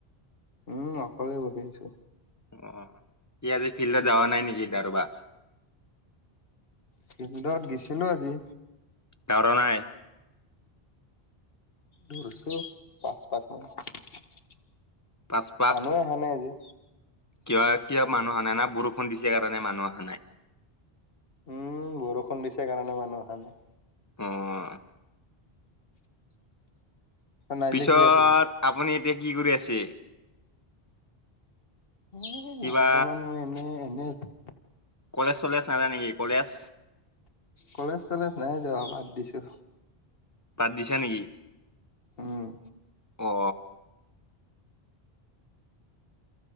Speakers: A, on the left (about 65°); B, on the left (about 15°).
A: উম অকলে বহি আছো।
B: অ কি আজি ফিল্ডত যাৱা নাই নেকি দৌৰবা
A: ফিল্দত গেছিলো আজি।
B: দৌৰা নাই?
A: দৌৰিছো পাঁচ পাঁচ মিনিট,
B: পাচপাক
A: মানুহ অহা নাই আজি।
B: কিয় কিয় মানুহ অহা নাই না বৰষুণ দিছে কাৰণে মানুহ অহা নাই?
A: উম বৰষুণ দিছে কাৰণে মানুহ অহা নাই।
B: উম।
A: নাহিলে
B: পিছত
A: কি আৰু তুমি?
B: আপুনি এতিয়া কি কৰি আছে?
A: এ বৰ্তমান
B: কিবা
A: মই এনে এনে আছো।
B: কলেজ চলেজ নাজায় নেকি কলেজ?
A: কলেজ চলেজ নাই যোৱা বাদ দিছো।
B: বাদ দিছা নেকি?
A: উম।
B: অ।